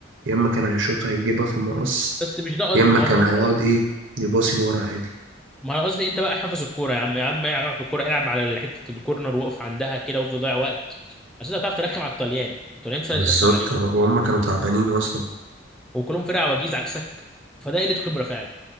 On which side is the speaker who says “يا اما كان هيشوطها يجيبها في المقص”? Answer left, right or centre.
Right